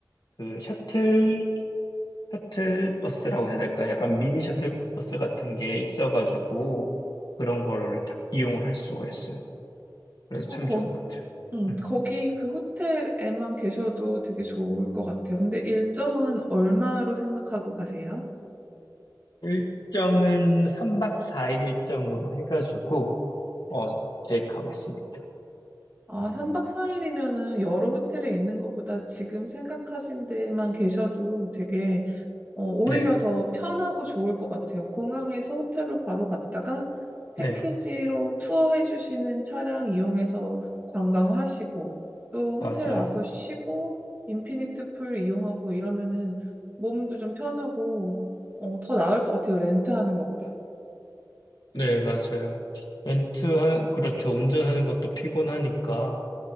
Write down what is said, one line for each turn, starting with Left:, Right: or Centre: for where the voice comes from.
Left: 그 셔틀, 셔틀 버스라고 해야 될까요? 약간 미니 셔틀 버스 같은 게 있어가지고 그런 거를 다 이용을 할 수가 있어요. 그래서
Right: 어,
Left: 참
Right: 거,
Left: 좋은 것 같아요.
Right: 음,
Left: 음.
Right: 거기 그 호텔에만 계셔도 되게 좋을 것 같아요. 근데 일정은 얼마로 생각하고 가세요?
Left: 일정은 3박 4일 일정으로 해가지고 어, 계획하고 있습니다.
Right: 아, 3박 4일이면은 여러 호텔에 있는 것보다 지금 생각하신 데만 계셔도 되게 어, 오히려
Left: 네,
Right: 더 편하고 좋을 것 같아요. 공항에서 호텔로 바로 갔다가 패키지로
Left: 네,
Right: 투어해 주시는 차량 이용해서 관광하시고 또
Left: 맞아요.
Right: 호텔 와서 쉬고 인피니트 풀 이용하고 이러면은 몸도 좀 편하고 어, 더 나을 것 같아요. 렌트하는 것보다.
Left: 네, 맞아요. 렌트하는, 그렇죠. 운전하는 것도 피곤하니까,